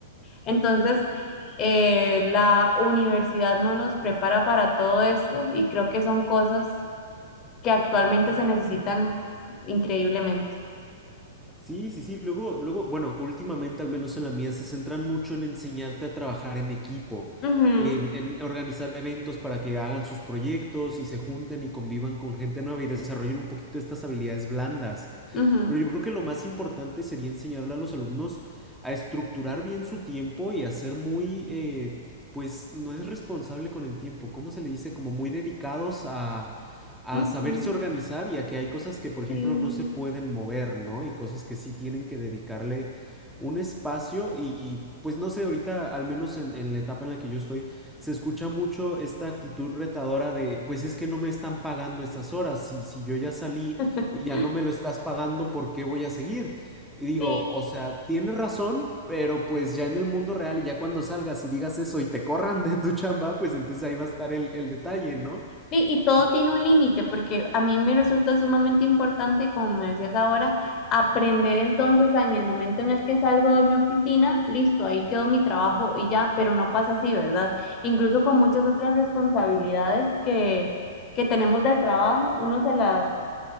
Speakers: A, on the left; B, in the centre.
A: Entonces, eh, la universidad no nos prepara para todo esto y creo que son cosas que actualmente se necesitan increíblemente.
B: Sí, sí, sí. Luego, luego, bueno, últimamente, al menos en la mía, se centran mucho en enseñarte a trabajar en equipo,
A: Ujú,
B: en, en organizar eventos para que hagan sus proyectos y se junten y convivan con gente nueva y desarrollen un poquito estas habilidades blandas.
A: ujú,
B: Pero yo creo que lo más importante sería enseñarle a los alumnos a estructurar bien su tiempo y a ser muy, eh, pues, no es responsable con el tiempo. ¿Cómo se le dice? Como muy dedicados a a
A: ujú,
B: saberse organizar y a que hay cosas que, por ejemplo,
A: sí.
B: no se pueden mover, ¿no? Y cosas que sí tienen que dedicarle un espacio y y, pues no sé, ahorita, al menos en, en la etapa en la que yo estoy, se escucha mucho esta actitud retadora de, pues es que no me están pagando estas horas, si, si yo ya salí
A: <laughs>
B: y ya no me lo estás pagando, ¿por qué voy a seguir? Y digo,
A: Sí,
B: o sea, tienes razón, pero pues ya en el mundo real y ya cuando salgas y digas eso y te corran de tu chamba, pues entonces ahí va a estar el, el detalle, ¿no?
A: Sí, y todo tiene un límite, porque a mí me resulta sumamente importante, como me decías ahora, aprender entonces a en el momento en el que salgo de mi oficina, listo, ahí quedó mi trabajo y ya, pero no pasa así, ¿verdad? Incluso con muchas otras responsabilidades que, que tenemos del trabajo, uno se las